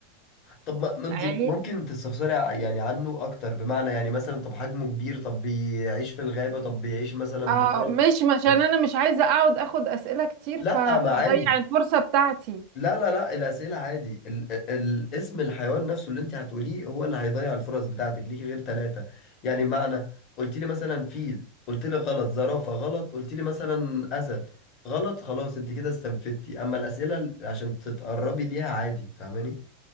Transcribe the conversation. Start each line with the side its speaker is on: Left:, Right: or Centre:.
Left: طب ما ما انت
Right: عين
Left: ممكن تستفسري ع- يعني عنه اكتر بمعنى يعني مثلا طب حجمه كبير طب بيعيش في الغابة طب بيعيش مثلا
Right: اه
Left: بره
Right: مش عشان
Left: طب
Right: انا مش عايزه اقعد اخد اسئله كتير
Left: لا
Right: ف- فضيع
Left: ما عادي
Right: الفرصه بتاعتي
Left: لا لا لا الأسئلة عادي ال ال الاسم الحيوان نفسه اللي انت هتقوليه هو اللي هيضيع الفرص بتاعتك ليكي غير ثلاثة يعني معنى قلت لي مثلا فيل قلت لي غلط زرافة غلط قلت لي مثلا أسد غلط خلاص انت كده استنفدتي اما الأسئلة ال- عشان تتقربي ليها عادي فاهماني